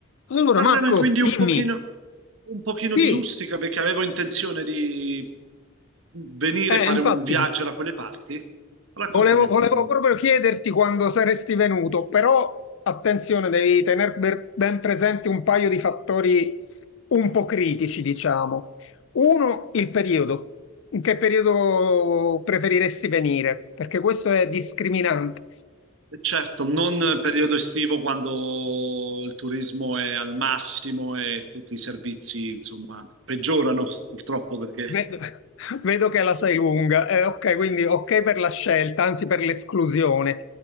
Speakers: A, on the left; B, on the right.
A: Allora,
B: Parlava
A: Marco,
B: quindi
A: dimmi.
B: un pochino, un pochino
A: Sì,
B: di Ustica perché avevo intenzione di venire
A: eh,
B: a fare
A: infatti,
B: un viaggio da quelle parti. Raccontami
A: volevo,
B: un
A: volevo
B: po', dimmi.
A: proprio chiederti quando saresti venuto, però attenzione, devi tenere ben presente un paio di fattori un po' critici, diciamo. Uno, il periodo. In che periodo preferiresti venire? Perché questo è discriminante.
B: E Certo, non periodo estivo quando il turismo è al massimo e tutti i servizi, insomma, peggiorano purtroppo perché
A: Vedo, vedo che la sai lunga. Eh, ok, quindi ok per la scelta, anzi per l'esclusione.